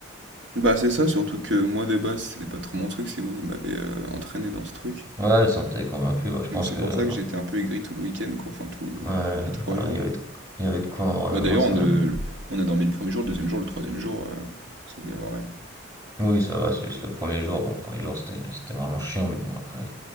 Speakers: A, on the right (about 65°); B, on the right (about 20°).
A: ouais. Bah, c'est ça, surtout que moi, de base, c'était pas trop mon truc. C'est vous, vous m'avez euh, entraîné dans ce truc.
B: Ouais, elle s'en était convaincue. bah, je pense
A: Donc, c'est
B: que
A: pour
B: euh,
A: ça que j'étais un peu aigri tout le week-end, quoi. Enfin, tous
B: ouais,
A: les
B: je
A: trois
B: sais pas,
A: jours.
B: il y avait de, il y avait de quoi en vrai,
A: Bah,
B: même
A: d'ailleurs,
B: moi ça
A: on, le-
B: m'a.
A: on a dormi le premier jour, le deuxième jour, le troisième jour. euh, on s'est bien barré.
B: Oui, ça va, c'est juste le premier jour. Bon, le premier jour c'était c'était vraiment chiant, mais bon après,